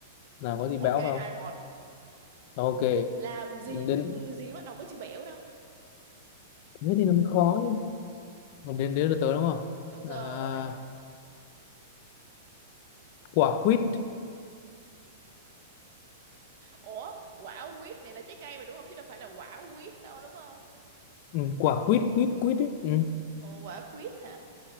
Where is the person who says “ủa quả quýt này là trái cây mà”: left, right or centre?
Right